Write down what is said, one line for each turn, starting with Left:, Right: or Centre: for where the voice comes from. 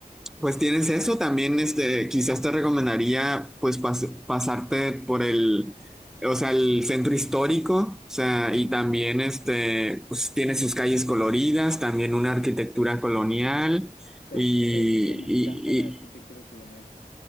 Centre: pues tienes eso, también este, quizás te recomendaría pues pas- pasarte por el, o sea, el centro histórico, o sea, y
Left: Ujú,
Centre: también este, pues tiene sus calles coloridas, también una arquitectura colonial
Left: Perfecto,
Centre: y,
Left: me encanta la arquitectura
Centre: y,
Left: colonial.